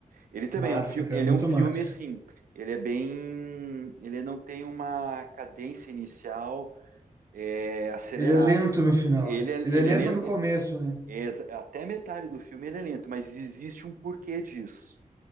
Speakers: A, on the right; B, on the right.
A: Ele também
B: Massa,
A: é um filme,
B: cara,
A: ele
B: muito
A: é um filme
B: massa.
A: assim, ele é bem, ele não tem uma cadência inicial é, acelerada.
B: Ele é lento no final,
A: Ele
B: né?
A: é,
B: Ele
A: ele
B: é lento
A: é lento,
B: no começo, né?
A: É Até metade do filme ele é lento, mas existe um porquê disso,